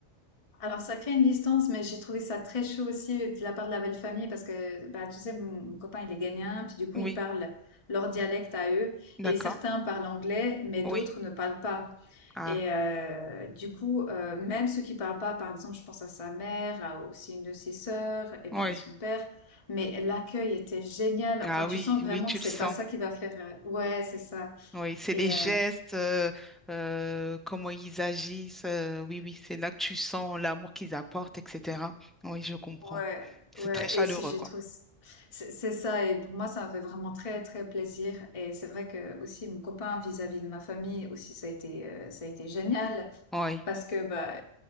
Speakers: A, on the left (about 30°); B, in the centre.
A: alors ça crée une distance, mais j'ai trouvé ça très chaud aussi euh, de la part de la belle-famille parce que, bah, tu sais, mon mon copain, il est ghanéen, puis du coup,
B: Oui,
A: ils parlent leur dialecte à eux
B: d'accord.
A: et certains parlent anglais, mais
B: Oui,
A: d'autres ne parlent pas.
B: ah,
A: Et euh, du coup, euh, même ceux qui parlent pas, par exemple, je pense à sa mère, à aussi une de ses sœurs, et
B: oui.
A: puis son père. Mais l'accueil était génial.
B: Ah
A: Enfin, tu
B: oui,
A: sens
B: oui,
A: vraiment
B: tu
A: que
B: le
A: c'est
B: sens.
A: pas ça qui va faire. euh, Ouais, c'est ça.
B: Oui, c'est
A: Et
B: les gestes,
A: euh,
B: euh, euh, comment ils agissent. euh, oui, oui, c'est là que tu sens l'amour qu'ils apportent, etc. Oui, je comprends.
A: ouais,
B: C'est
A: ouais.
B: très chaleureux,
A: Et si j'ai
B: quoi.
A: trouvé, c- c'est c'est ça. Et pour moi, ça m'a fait vraiment très, très plaisir. Et c'est vrai que aussi mon copain vis-à-vis de ma famille aussi, ça a été, euh, ça a été génial
B: Oui.
A: parce que bah